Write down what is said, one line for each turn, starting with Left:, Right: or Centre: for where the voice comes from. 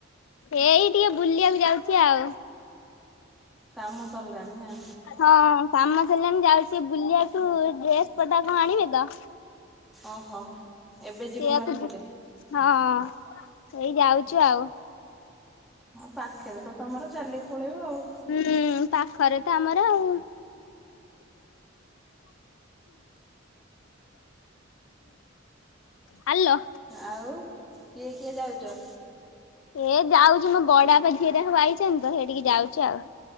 Left: ଏଇ ଟିକେ ବୁଲିବାକୁ ଯାଉଛି ଆଉ।
Centre: କାମ ସରିଲାଣିି ନା।
Left: ହଁ କାମ ସରିଲାଣି ଯାଉଛି ଟିକେ ବୁଲିବାକୁ ଡ୍ରେସ ପଟା କଣ ଆଣିବେ ତ।
Centre: ଓହୋ। ଏବେ ଯିବ
Left: ସେଇଆକୁ
Centre: ମାର୍କେଟ
Left: ହଁ ଏଇ ଯାଉଛୁ ଆଉ।
Centre: ହଁ ପାଖରେ ତ ତମର ଚାଲିକି ପଳେଇବ ଆଉ।
Left: ହୁଁ ପାଖରେ ତ ଆମର ଆଉ। ହାଲୋ।
Centre: ଆଉ କିଏ-କିଏ ଯାଉଚ?
Left: ହେ ଯାଉଛି ମୋ ବଡାପା ଝିଅଟା ହ ଆଇଛନ୍ତି ତ ସେଇଠିକି ଯାଉଛି ଆଉ।